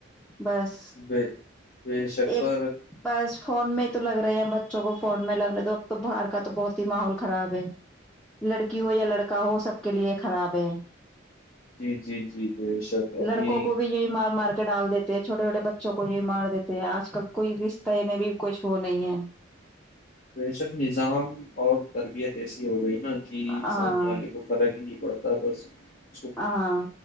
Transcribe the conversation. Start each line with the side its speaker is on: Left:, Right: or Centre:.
Centre: بس
Left: بے بے شک
Centre: ایک
Left: پر
Centre: بس فون میں تو لگ رہے ہیں بچوں کو فون میں لگنے تو اب تو باہر کا تو بہت ہی ماحول خراب ہے لڑکی لڑکی ہو یا لڑکا ہو سب کے لیے خراب ہے
Left: جی جی جی بے شک ابھی
Centre: لڑکوں کو بھی یہی مار مار ڈال دیتے ہیں چھوٹے چھوٹے بچوں کو یہ مار دیتے ہیں آج کل کوئی رشتے میں بھی کچھ وہ نہیں ہے
Left: پیشن نظام اور تربیت ایسی ہو گئی ن کہ
Centre: ہاں
Left: سامنے والے کو فرق ہی نہیں پڑتا بس اس کو
Centre: ہاں